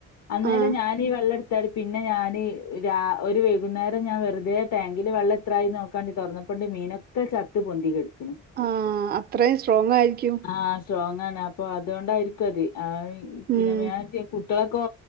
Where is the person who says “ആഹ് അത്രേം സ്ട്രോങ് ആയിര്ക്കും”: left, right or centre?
Right